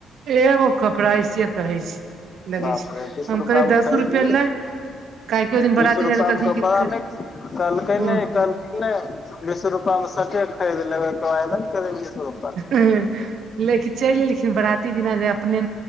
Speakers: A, on the right; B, on the left.
A: एगो कपड़ा ऐसिये कहै छै। लगै
B: बाप
A: छै
B: रे बीस
A: हम
B: रुपआमे
A: कहलियै दस
B: खरिद
A: रुपए
B: नै लेब।
A: लै काहेकि ओहि दिन
B: बीस
A: बराती जाय
B: रूपया
A: कहलखिन
B: मे कपड़ा
A: कि
B: नहि, कहलकै
A: ओ
B: नै कह नै बीस रूपया मे सटे खरीद लेबै तो आइरन करेले जतौ।
A: हुं, लैके चलि एलखिन बरात। एते दिना जे अपने